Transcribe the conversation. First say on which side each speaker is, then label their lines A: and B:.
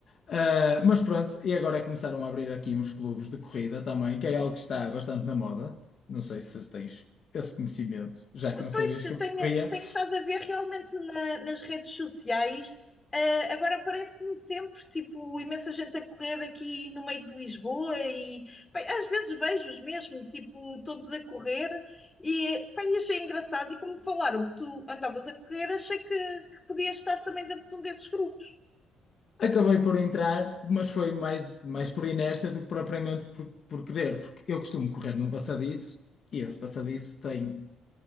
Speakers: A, on the left; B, on the left.
A: Ah, mas pronto, e agora começaram a abrir aqui uns clubes de corrida também, que é algo que está bastante na moda. Não sei se tens esse conhecimento, já que não
B: Pois,
A: sabias
B: eu
A: que eu
B: tenho,
A: corria.
B: tenho estado a ver realmente na- nas redes sociais. eh, agora aparece-me sempre, tipo, imensa gente a correr aqui no meio de Lisboa e, pá, às vezes vejo-os mesmo, tipo, todos a correr e, pá, e achei engraçado e como falaram que tu andavas a correr, achei que, que podias estar também dentro de um desses grupos.
A: Acabei por entrar, mas foi mais, mais por inércia do que propriamente por, por querer, porque eu costumo correr num passadiço e esse passadiço tem